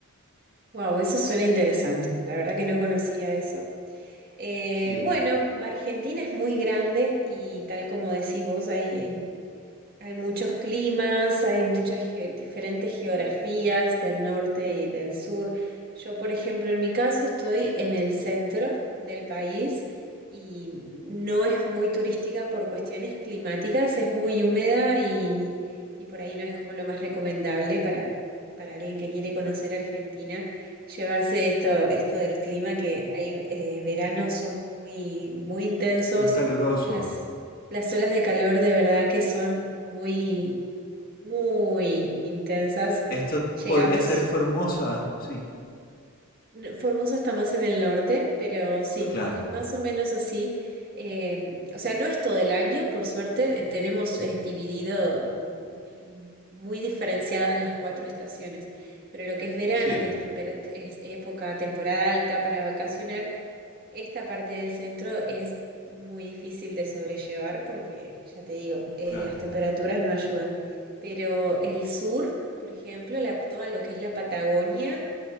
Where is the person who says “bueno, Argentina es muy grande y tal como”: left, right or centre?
Right